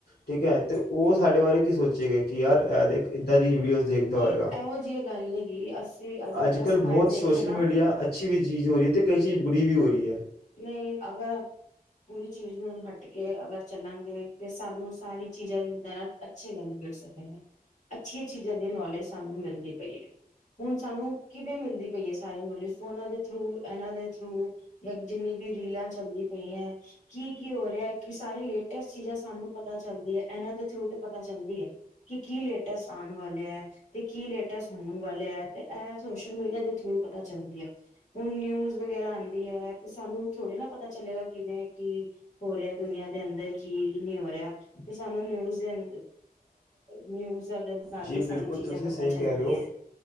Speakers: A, on the left; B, on the left.
A: ਠੀਕ ਐ, ਤਾਂ ਓਹ ਸਾਡੇ ਬਾਰੇ ਕੀ ਸੋਚੇਗਾ ਕਿ ਯਾਰ ਐ ਦੇਖ ਇੱਦਾਂ ਦੀ ਵੀਡੀਓਜ਼ ਦੇਖਦਾ
B: ਨੀਂ,
A: ਹੋਏਗਾ
B: ਇਹੋ ਜਿਹੀ ਗੱਲ ਨੀਗੀ, ਅਸੀਂ ਅਗਰ
A: ਅੱਜ
B: ਪਲਸ
A: ਕੱਲ੍ਹ
B: ਪੌਇੰਟ
A: ਬਹੁਤ
B: ਦੇਖੀਏ
A: ਸੋਸ਼ਲ
B: ਨਾ
A: ਮੀਡੀਆ ਅੱਛੀ ਵੀ ਚੀਜ਼ ਹੋ ਰੀ ਤੇ ਕਈ ਚੀਜ਼ ਵਧੀਆ ਵੀ ਹੋ ਰੀ ਏ।
B: ਨਹੀਂ ਅਗਰ ਬੂਰੀ ਚੀਜ਼ ਨੂੰ ਹਟ ਕੇ ਅਗਰ ਚੱਲਾਂਗੇ ਤੇ ਸਾਨੂੰ ਸਾਰੀ ਚੀਜ਼ਾਂ ਨਾਲ ਅੱਛੇ ਬੈਨੀਫਿਟਸ ਹੈਗੇ ਨੇ। ਅੱਛੀਆਂ ਚੀਜ਼ਾਂ ਦੀ ਨੌਲੇਜ ਸਾਨੂੰ ਮਿਲਦੀ ਪਈ ਹੈ। ਹੁਣ ਸਾਨੂੰ ਕਿਵੇਂ ਮਿਲਦੀ ਪਈ ਹੈ ਸਾਰੀ ਨੋਲੇਜ? ਫੋਨਾਂ ਦੇ ਥਰੂ, ਇਹਨਾਂ ਦੇ ਥਰੂ ਜਾਂ ਜਿੰਨੀ ਵੀ ਇਹ ਰੀਲਾਂ ਚੱਲਦੀ ਪਈਆਂ ਹੈ। ਕੀ-ਕੀ ਹੋ ਰਿਹਾ ਕਿ ਸਾਰੀ ਲੇਟੈਸਟ ਚੀਜ਼ਾਂ ਸਾਨੂੰ ਪਤਾ ਚੱਲਦੀ ਹੈ। ਇਹਨਾਂ ਦੇ ਥਰੂ ਤੇ ਪਤਾ ਚੱਲਦੀ ਏ ਕਿ ਕੀ ਲੇਟੈਸਟ ਆਉਣ ਵਾਲੇ ਏ ਤੇ ਕੀ ਲੇਟੈਸਟ ਹੋਣ ਵਾਲੇ ਏ? ਤੇ ਇਹ ਸੋਸ਼ਲ ਮੀਡੀਆ ਦੇ ਥਰੂ ਪਤਾ ਚੱਲਦੀ ਏ। ਹੁਣ ਨਿਊਜ਼ ਵਗੈਰਾ ਆਂਦੀ ਏ ਤੇ ਸਾਨੂੰ ਥੋੜੀ ਨਾ ਪਤਾ ਚਲੇਗਾ, ਕਿਵੇਂ ਕੀ ਹੋ ਰਿਹਾ ਦੁਨੀਆਂ ਦੇ ਅੰਦਰ ਕੀ ਨੀ ਹੋ ਰਿਹਾ? ਤੇ ਸਾਨੂੰ ਨਿਊਜ਼ ਦੇ ਅੰ ਨਿਊਜ਼ ਦੇ ਨਾਲ
A: ਜੀ
B: ਹੀ ਸਾਰੀ
A: ਬਿਲਕੁਲ,
B: ਚੀਜ਼ਾਂ
A: ਤੁਸੀਂ
B: ਪਤਾ
A: ਸਈ
B: ਚੱਲਦੀ
A: ਕਹਿ ਰੇ ਓ।
B: ਹੈ